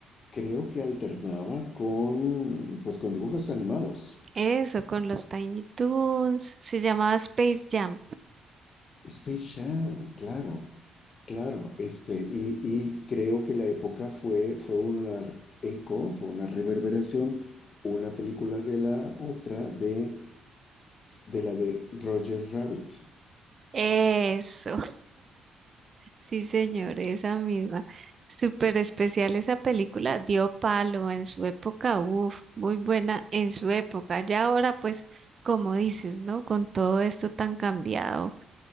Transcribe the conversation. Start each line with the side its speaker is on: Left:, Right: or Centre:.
Left: creo que alternaba con, pues, con dibujos animados.
Right: Eso, con los Tiny Toons. Se llamaba Space Jam.
Left: Space Jam, claro, claro. Este, y, y creo que la época fue, fue una eco, fue una reverberación, una película de la otra, de, de la de Roger Rabbit.
Right: Eso, Sí, señor, esa misma. Súper especial esa película, dio palo en su época, uff, muy buena en su época. Ya ahora, pues, como dices, ¿no? Con todo esto tan cambiado